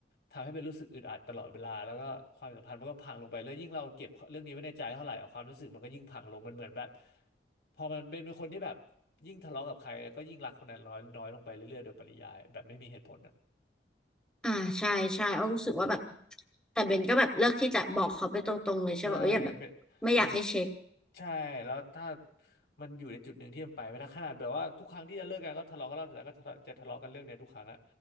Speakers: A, on the left; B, in the centre.
A: ทำให้เป็นรู้สึกอึดอัดตลอดเวลาแล้วก็ความสัมพันธ์มันก็พังลงไปแล้วยิ่งเราเก็บเรื่องนี้ไว้ในใจเท่าไหร่อะความรู้สึกมันก็ยิ่งพังลงมันเหมือนแบบพอมันเป็นเป็นคนที่แบบยิ่งทะเลาะกับใครก็ยิ่งรักคนนั้นน้อยน้อยลงไปเรื่อยๆโดยปริยายแบบไม่มีเหตุผล
B: อ่าใช่ใช่อ้อรู้สึกว่าแบบ แต่เบนก็แบบเลือกที่จะบอกเขาไปตรงๆเลยใช่ป่ะเอออย่าแบบไม่อยากให้เช็ค
A: ใช่เป็นเป็นก็ใช่แล้วถ้ามันอยู่ในจุดหนึ่งที่มันไปไม่ได้ขนาดแบบว่าทุกครั้งที่จะเลิกกันก็ทะเลาะกันรอบแล้วก็ทะเลาะจะทะเลาะกันเรื่องเนี้ยทุกครั้งอะ